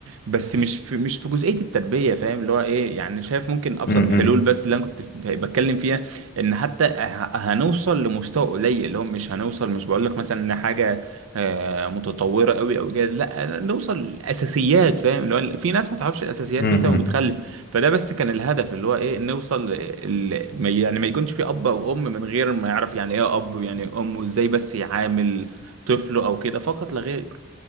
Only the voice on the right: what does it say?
بس مش في مش في جزئيه التربيه فاهم اللي هو ايه يعني شايف ممكن ابسط
الحلول
بس اللي انا كنت ف- بتكلم فيها ان حتى ه- هنوصل لمستوى قليل اللي هو مش هنوصل مش بقول لك مثلا ان حاجه آه، متطوره قوي او كده لا نوصل لاساسيات فاهم اللي هو في ناس ما تعرفش الاساسيات
مثلا وبتخلي
فده بس كان الهدف اللي هو ايه نوصل ل- ل- ما- يعني ما يكونش في اب او ام من غير ما يعرف يعني ايه اب ويعني ايه ام وازاي بس يعامل طفله او كده فقط لا غير